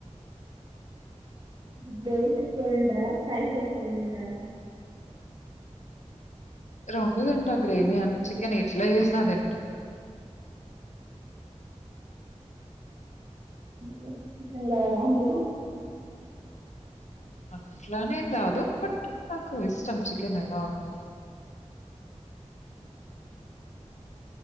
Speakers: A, on the right (about 35°); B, on the left (about 75°).
A: గ్రేవీస్ ఎక్కువ తింటారా ఫ్రైస్ ఎక్కువ తింటారా
B: రెండు తింటా గ్రేవీ అని చికెన్ ఎట్లా చేసిన తింట
A: <inaudible> చకన్లాార మీరు
B: అట్లానేం కాదు బట్ నాకు ఇష్టం చికెన్ ఎలా ఉన్న